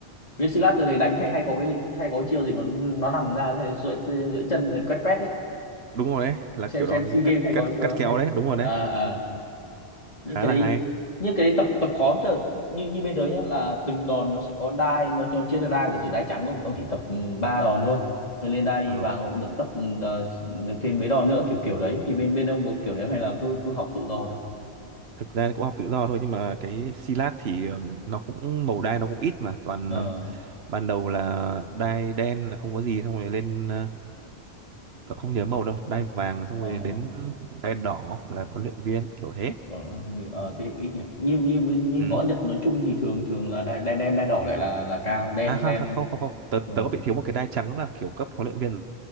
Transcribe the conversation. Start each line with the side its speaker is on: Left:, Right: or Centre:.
Left: Vinsilat từ đấy đánh hay hay có cái hay có cái chiêu gì mà nó nằm ra thì duỗi duỗi chân rồi quét quét ấy.
Right: đúng rồi đấy là
Left: xem
Right: kiểu
Left: xem
Right: đòn
Left: SEA Games
Right: cắt
Left: hay
Right: cắt
Left: có chưa
Right: cắt kéo
Left: hay
Right: đấy đúng rồi
Left: à,
Right: đấy
Left: à. như
Right: khá
Left: cái
Right: là
Left: đấy
Right: hay
Left: như cái đấy tập tập khó chứ như như bên tớ nhá là từng đòn nó sẽ có đai nó nó chia ra đai giả sử đai trắng ông ông chỉ tập ừ, ba đòn thôi rồi lên đai
Right: ừ
Left: vàng ông được tập ừ, ờ, được thêm mấy đòn nữa kiểu kiểu đấy thì bên bên ông có kiểu đấy hay là cứ cứ học tự do thôi
Right: thực ra thì cũng học tự do thôi nhưng mà cái silat thì ừm, nó cũng màu đai nó cũng ít mà toàn
Left: ờ
Right: là- ban đầu là đai đen là không có gì xong rồi lên ờ, tôi không nhớ màu đâu đai vàng xong
Left: ờ
Right: rồi đến đai đỏ là huấn luyện viên kiểu thế
Left: bảo nó nhiều- ờ thế thì ít nhỉ như như như
Right: ừ.
Left: võ Nhật nói chung thì thường thường là đai đai đen đai đỏ lại là là cao đen
Right: À không
Left: đen
Right: không không không không. tớ
Left: ờ
Right: tớ có bị thiếu một cái đai trắng là kiểu cấp huấn luyện viên